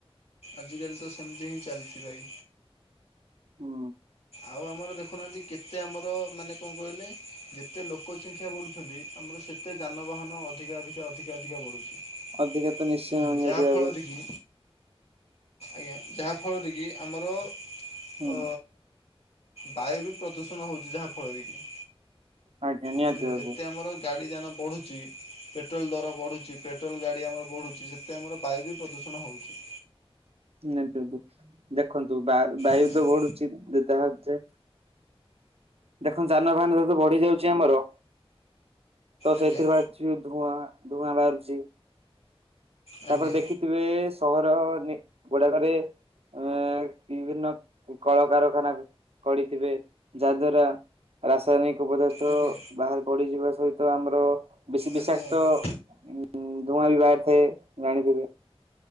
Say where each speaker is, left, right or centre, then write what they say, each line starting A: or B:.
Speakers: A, on the left (about 75°); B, on the right (about 75°).
A: ଆଜିକାଲି ତ ସେମିତି ହିଁ ଚାଲିଛି ଭାଇ।
B: ହୁଁ।
A: ଆଉ ଆମର ଦେଖୁନାହାନ୍ତି କେତେ ଆମର ମାନେ କଣ କହିଲେ ଯେତେ ଲୋକ ସଂଖ୍ୟା ବଢ଼ୁଛନ୍ତି ଆମର ସେତେ ଯାନବାହାନ ଅଧିକା ଅଧିକା ଅଧିକା ଅଧିକା ବଢ଼ୁଛି।
B: ଅଧିକା ତ ନିଶ୍ଚୟ
A: ବୁଝିଲେ
B: ନିହାତି
A: ଯାହା
B: ଭାବେ
A: ଫଳରେ କି ଆଜ୍ଞା ଯାହାଫଳରେ କି ଆମର ଅ
B: ହୁଁ।
A: ବାୟୁ ବି ପ୍ରଦୂଷଣ ହଉଛି ଯାହାଫଳରେ କି।
B: ଆଜ୍ଞା ନିହାତି
A: ବୁଝିଲେ
B: ଭାବେ
A: ଯେତେ ଆମର ଗାଡି ଯାନ ବଢୁଛି ପେଟ୍ରୋଲ ଦର ବଢୁ ଛି ପେଟ୍ରୋଲ୍ ଗାଡ଼ି ଆମର ବଢ଼ୁଛି ସେତେ ଆମର ବାୟୁ ବି ପ୍ରଦୂଷଣ ହଉଛି।
B: ନାଇଁ ଦେବୁ ଦେଖନ୍ତୁ ବା-ବାୟୁ
A: ବୁଝିଲେ
B: ତ ବଢୁଛି ଦ ତାହା ଯେ ଦେଖନ୍ତୁ ଯାନବାହାନ ଯେହେତୁ ବଢି ଯାଉଛି ଆମର। ତ
A: ଆଜ୍ଞା।
B: ସେଥିରେ ବାହାରୁଛି ଧୂଆଁ ଧୂଆଁ ବାହାରୁଛି।
A: ଆଜ୍ଞା
B: ତାପରେ ଦେଖିଥିବେ ସହର ଗୁଡାକରେ ଅ ବିଭିନ୍ନ କଳକାରଖାନା କରିଥିବେ ଯାହା ଦ୍ୱାରା ରାସାୟନିକ ପଦାର୍ଥ
A: ଆଜ୍ଞା
B: ବାହାରେ ବଢିଯିବା ସହିତ ଆମର ବେଶୀ ବିଷାକ୍ତ
A: ଆଜ୍ଞା ଆଜ୍ଞା
B: ଉଁ ଧୂଆଁ ବି ବାହାରି ଏ ଜାଣିଥିବେ।